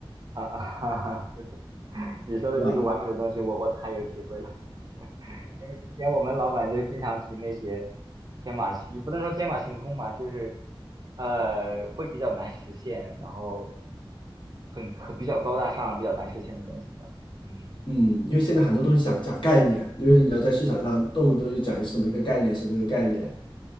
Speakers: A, on the right; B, on the left.
A: 啊啊哈哈，对对，你说的这个完美的东西我，
B: 对吧？
A: 我太有体会了。因为之前我们老板就经常提那些天马行，也不能说天马行空吧，就是呃会比较难实现，然后很很比较高大上，比较难实现的东西吧。嗯，
B: 嗯，因为现在很多东西想讲概念，
A: 对
B: 因为你要在市场上动不动就讲什么一个概念，什么一个概念